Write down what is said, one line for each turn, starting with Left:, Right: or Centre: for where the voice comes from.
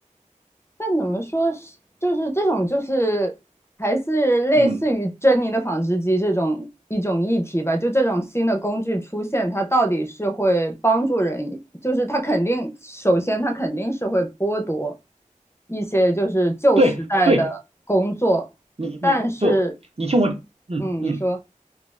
Left: 但怎么说是，就是这种就是还是类似于珍妮的纺织机这种一种议题吧。
Right: 嗯，
Left: 就这种新的工具出现，它到底是会帮助人，就是它肯定，首先它肯定是会剥夺一些就是旧时代的工作，
Right: 对对，你你就你听我，
Left: 但是，
Right: 嗯嗯。
Left: 嗯，你说，